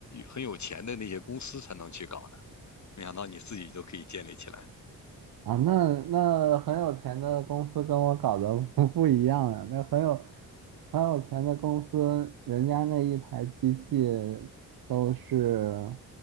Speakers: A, on the left (about 45°); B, on the right (about 65°).
A: 很有钱的那些公司才能去搞呢，没想到你自己就可以建立起来，
B: 啊，那那很有钱的公司跟我搞的 <laughs> 不不一样啊，那很有很有钱的公司，人家那一台机器都是，